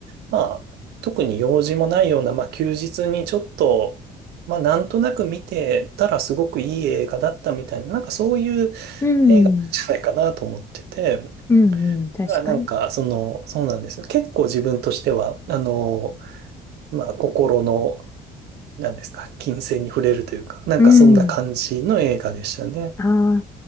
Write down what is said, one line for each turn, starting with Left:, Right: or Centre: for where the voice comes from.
Right: まあ、特に用事もないような、まあ、休日にちょっと、まあ、なんとなく見てたらすごくいい映画だったみたいな、なんかそういう
Left: うん。
Right: 映画じゃないかなと思ってて、
Left: うん。確かに。
Right: だからなんか、その、そうなんですよ。結構自分としては、あの、まあ、心の、なんですか、金銭に触れるというか、なんかそんな感じの映画でしたね。
Left: うん。ああ、